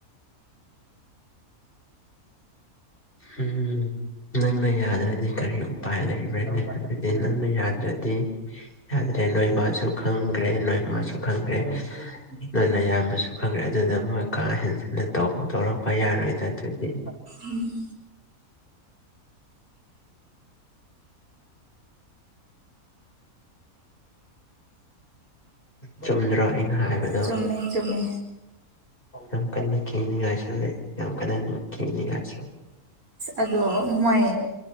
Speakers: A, on the left; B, on the right.
A: ꯎꯝ ꯅꯪꯅ ꯌꯥꯗ꯭ꯔꯗꯤ ꯀꯔꯤ ꯎꯄꯥꯏ ꯂꯩꯕ꯭ꯔꯅꯤ ꯍꯥꯏꯕꯗꯤ ꯅꯪꯅ ꯌꯥꯗ꯭ꯔꯗꯤ ꯌꯥꯗ꯭ꯔꯦ ꯅꯣꯏ ꯃꯥꯁꯨ ꯈꯪꯈ꯭ꯔꯦ ꯅꯣꯏ ꯃꯥꯁꯨ ꯈꯪꯈ꯭ꯔꯦ ꯅꯣꯢ ꯅꯌꯥꯝꯕꯁꯨ ꯈꯪꯉꯦ ꯑꯗꯨꯗ ꯃꯣꯏ ꯀꯥ ꯍꯦꯟꯖꯤꯟꯅ ꯇꯧꯔꯛꯄ ꯌꯥꯔꯣꯏꯗꯅ ꯑꯗꯨꯗꯤ
B: ꯎꯝ
A: ꯆꯨꯝꯗ꯭ꯔꯥ ꯑꯩꯅ ꯍꯥꯏꯕꯗꯣ
B: ꯆꯨꯝꯃꯦ ꯆꯨꯝꯃꯦ
A: ꯌꯥꯝ ꯀꯟꯅ ꯀꯤꯅꯤꯡꯉꯥꯏꯁꯨ ꯌꯥꯝ ꯀꯟꯅ ꯀꯤꯅꯤꯡꯉꯥꯏꯁꯨ
B: ꯑꯗꯣ ꯃꯣꯏ